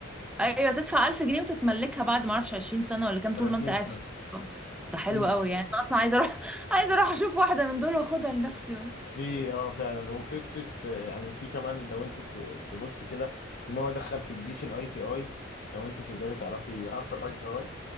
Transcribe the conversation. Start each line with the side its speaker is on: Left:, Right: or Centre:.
Centre: ايوه تدفع 1000 جنيه وتتملكها بعد ما اعرفش 20 سنه ولا كام طول
Left: 30
Centre: ما انت قاعد
Left: سنة
Centre: في الشقة. ده حلو
Left: إمم.
Centre: قوي يعني انا اصلا عايزه اروح <laughs> عايزه اروح اشوف واحده من دول واخدها لنفسي
Left: في اه فعلا وقصه آه، يعني في كمان لو انت ت- تبصي كده ان هو دخل في الجيش الاي تي اي لو انت تقدري تعرفي عارفه الاي تي اي